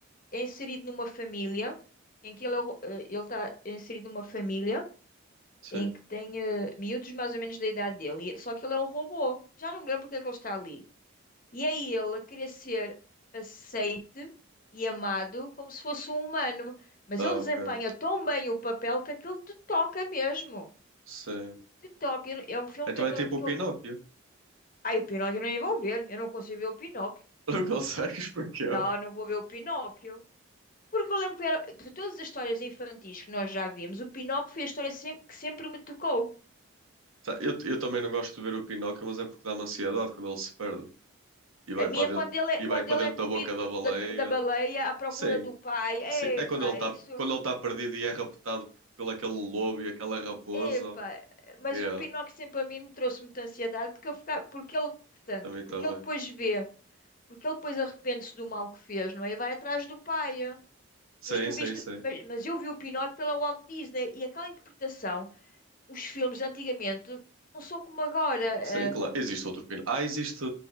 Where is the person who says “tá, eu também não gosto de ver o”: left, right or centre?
Right